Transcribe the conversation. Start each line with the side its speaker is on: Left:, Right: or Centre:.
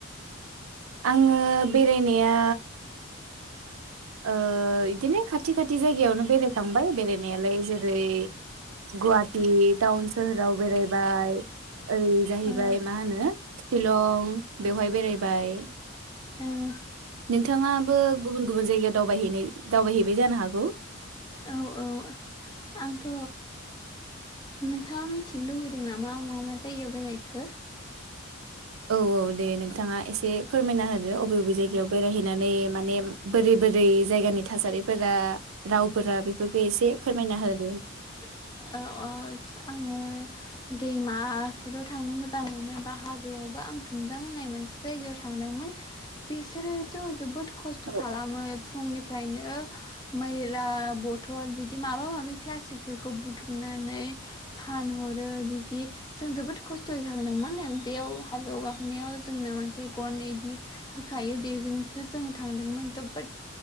Right: आङो बेरायनाया ओ इदिनो खाथि खाथि जायगायावनो बेरायखांबाय बेरायनायालाय जेरै गुवाहाटि टाउन सोहोराव बेरायबाय ओरै जाहैबाय
Left: ओ
Right: मा होनो? शिलं बेवहाय बेरायबाय।
Left: ओह
Right: नोंथाङाबो गुबुन गुबुन जायगायाव दावबायहैनाय दावबायहैबाय जानो हागौ।
Left: औ औ आंथ' नोंथाङा मिथिनो लुबैदों नामा आं मा मा जायगायाव बेरायखो?
Right: औ औ दे नों थाङा एसे फोरमायना होदो अबे अबे जायगायाव बेरायहैनानै माने बोरै बोरै जायगानि थासारिफोरा रावफोरा बेफोरखो एसे फोरमायना हो।
Left: <unintelligible> आङो दैमाफोराव थांनो मोजां मोनो बा हाजोआवबो आं थुमजां होननाय मोनसे जायगायाव थांदोंमोन बिसोरोथ' जोबोद खस्थ'
Right: औ
Left: खालामो फुंनिफ्रायनो मैला बथल बिदि माबा माबि प्लासटिक फोरखौ बुथुमनानै फानहरो बिदि जों जोबोद खस्थ'यै थांदोंमोन बेयाव हाजोआव गाखोनायाव जोंनो मोनसे गन इदि होखायो बेजोंसो जोङो थांदोंमोन जोबोद